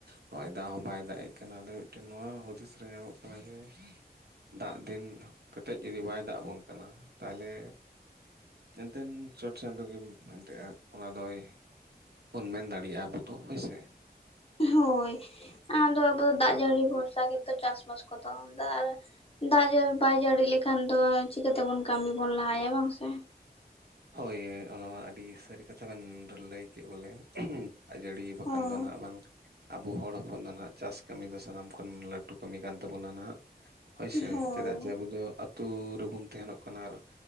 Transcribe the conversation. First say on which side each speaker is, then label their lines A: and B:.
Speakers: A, on the right; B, on the left.
A: ᱱᱚᱜ-ᱚᱭ ᱫᱟᱜ ᱦᱚᱸ ᱵᱟᱭ ᱫᱟᱜ ᱮᱜ ᱠᱟᱱᱟ ᱟᱫᱚ ᱢᱤᱫᱴᱮᱱ ᱱᱚᱣᱟ ᱦᱩᱫᱤᱥ ᱨᱮ ᱧᱟᱢᱚᱜ ᱠᱟᱱᱟ ᱡᱮ ᱫᱟᱜ ᱫᱤᱱ ᱠᱟᱛᱮᱜ ᱡᱩᱫᱤ ᱵᱟᱭ ᱫᱟᱜ ᱟᱵᱚᱱ ᱠᱟᱱᱟ ᱛᱟᱦᱞᱮ ᱢᱮᱱᱛᱮᱱ ᱪᱚᱴᱪᱟᱸᱫᱳ ᱜᱮᱢ ᱢᱮᱱᱛᱮᱜ-ᱟ ᱚᱱᱟ ᱫᱚᱭ ᱵᱚᱱ ᱢᱮᱱ ᱫᱟᱲᱮᱭᱟᱜ-ᱟ ᱟᱵᱩ ᱫᱚ ᱦᱳᱭ ᱥᱮ,
B: ᱦᱳᱭ ᱟᱫᱚ ᱟᱵᱚ ᱫᱚ ᱫᱟᱜ ᱡᱟᱹᱲᱤ ᱵᱷᱚᱨᱥᱟ ᱜᱮᱛᱚ ᱪᱟᱥᱵᱟᱥ ᱠᱚ ᱫᱚ ᱫᱟ ᱟᱨ ᱫᱟᱜ ᱡᱟᱹ ᱵᱟᱭ ᱡᱟᱹᱲᱤ ᱞᱮᱠᱷᱟᱱ ᱫᱚ ᱪᱤᱠᱟᱹᱛᱮᱵᱚᱱ ᱠᱟᱹᱢᱤ ᱵᱚᱱ ᱞᱟᱦᱟᱭᱟ ᱵᱟᱝ ᱥᱮ᱾
A: ᱦᱳᱭ ᱚᱱᱟ ᱢᱟ ᱟᱹᱰᱤ ᱥᱟᱹᱨᱤ ᱠᱟᱛᱷᱟ ᱵᱮᱱ ᱞᱟᱹᱭ ᱠᱮᱜ ᱵᱚᱞᱮ ᱫᱟᱜ ᱡᱟᱹᱲᱤ ᱵᱟᱠᱷᱟᱱ
B: ᱦᱳᱭ
A: ᱫᱚ ᱱᱦᱟᱜ ᱵᱟᱝ ᱟᱵᱩ ᱦᱚᱲ ᱦᱚᱯᱚᱱ ᱫᱚ ᱱᱦᱟᱜ ᱪᱟᱥ ᱠᱟᱹᱢᱤ ᱫᱚ ᱥᱟᱱᱟᱢ ᱠᱷᱚᱱ ᱞᱟᱹᱴᱩ ᱠᱟᱹᱢᱤ ᱠᱟᱱ ᱛᱟᱹᱵᱩᱱᱟ ᱱᱟᱦᱟᱜ᱾ ᱦᱳᱭᱥᱮ
B: ᱦᱳᱭ
A: ᱪᱮᱫᱟᱜ ᱡᱮ ᱟᱵᱚ ᱫᱚ ᱟᱹᱛᱩ ᱨᱮᱵᱩᱱ ᱛᱟᱦᱮᱱᱚᱜ ᱠᱟᱱᱟ ᱟᱨ